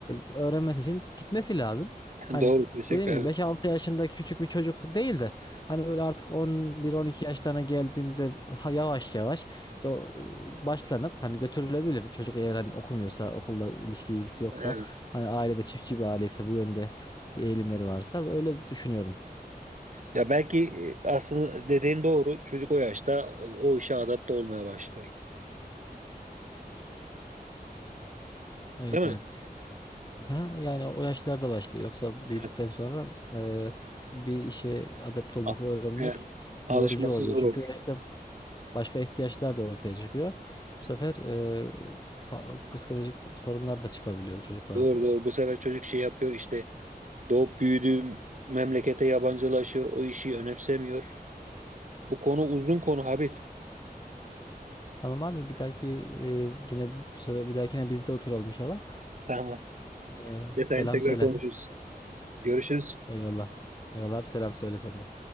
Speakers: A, on the left; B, on the right.
A: öğrenmesi için gitmesi lazım.
B: <laughs>
A: Hani
B: Doğru kesinlikle
A: dediğim
B: evet.
A: gibi 5-6 yaşında küçük bir çocuk değil de hani böyle artık 11-12 yaşlarına geldiğinde ha- yavaş yavaş işte o, o başlanıp hani götürülebilir. Çocuk eğer hani okumuyorsa, okulda ilişkisi yoksa,
B: Evet.
A: hani ailede çiftçi bir aileyse bu yönde bir eğilimleri varsa öyle düşünüyorum.
B: Ya belki e, aslında dediğin doğru. Çocuk o yaşta e, o işe adapte olmaya başlıyor.
A: Evet
B: Değil
A: abi.
B: mi?
A: Ha, yani o yaşlarda başlıyor. Yoksa büyüdükten
B: Evet.
A: sonra e, bir işe adept olmak,
B: A-
A: öğrenmek
B: Evet. Alışması
A: yorucu oluyor.
B: zor
A: Çünkü
B: olur.
A: o yaşta başka ihtiyaçlar da ortaya çıkıyor. Bu sefer e, a- psikolojik sorunlar da çıkabiliyor çocuklarda.
B: Doğru doğru. Bu sefer çocuk şey yapıyor işte Doğup büyüdüğüm memlekete yabancılaşıyor, o işi önemsemiyor. Bu konu uzun konu Habil.
A: Tamam abi bir dahaki e, yine bu sefer bir dahakine biz de oturalım inşallah.
B: Tamam.
A: E,
B: Detayını
A: selam
B: tekrar
A: söyle.
B: konuşuruz. Görüşürüz.
A: Eyvallah. Eyvallah abi selam söyle sen de.